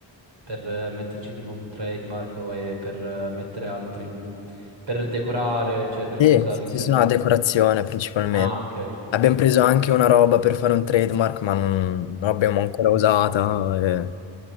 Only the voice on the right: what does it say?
per eh, metterci tipo un trademark o eh, per eh, mettere altri, per decorare, cioè per
cosa
vi
servirebbe?
Ah, ok.
Ok,
ok.